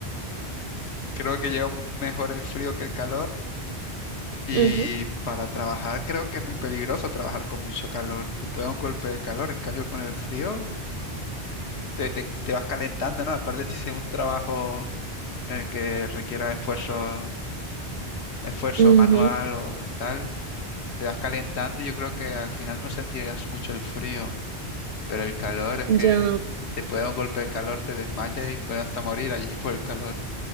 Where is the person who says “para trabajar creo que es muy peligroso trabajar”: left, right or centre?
Left